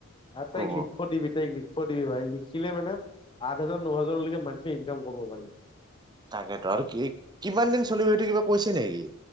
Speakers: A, on the left (about 25°); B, on the right (about 20°).
A: আ
B: কব
A: তাইক লিখব্ তাইক লিখ ব দিবি ভাই, লিখিলে মানে আঠ হাজাৰ ন হাজাৰলৈকে মান্থলি ইনকাম কৰিব পাৰি।
B: তাকেতো আৰু কি কিমান দিন চলিব সেইটো কিবা কৈছে নেকি?